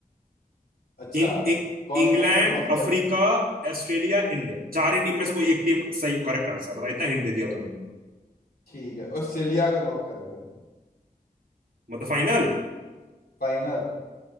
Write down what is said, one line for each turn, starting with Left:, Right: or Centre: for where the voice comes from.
Left: अच्छा
Right: इन इ-
Left: कौन
Right: इंग्लैंड
Left: सी ऑप्शन कौन सी
Right: अफ्रीका
Left: आप
Right: ऑस्ट्रेलिया इंडिया चार ही टीम में से कोई एक टीम सही करेक्ट आंसर बताओ इतना हिंट दे दिया तुम्हें
Left: ठीक है ऑस्ट्रेलिया को लॉक कर दो
Right: मतलब फाइनल
Left: फाइनल